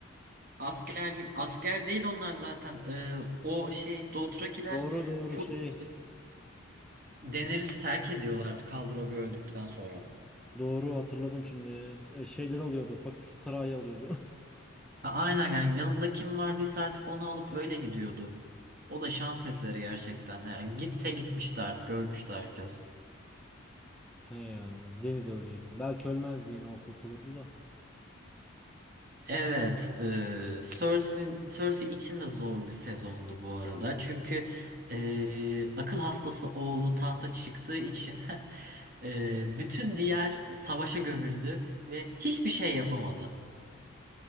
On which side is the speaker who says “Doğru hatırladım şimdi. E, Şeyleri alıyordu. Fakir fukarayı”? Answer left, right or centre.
Centre